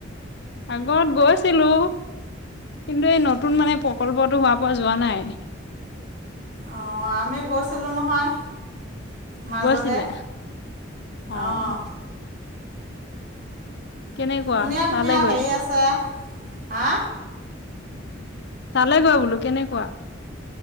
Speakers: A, on the left; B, on the right.
A: আগত গৈছিলো কিন্তু এই নতুন মানে প্ৰকল্পটো হোৱা পৰা যোৱা নাই
B: অ আমি গৈছিলোঁ নহয় মাজতে।
A: গৈছিলে আহ
B: অঁ
A: কেনেকুৱা
B: ধুনীয়া ধুনীয়া
A: তালেগৈ
B: হেৰি আছে হা
A: চালেগৈ বোলো কেনেকুৱা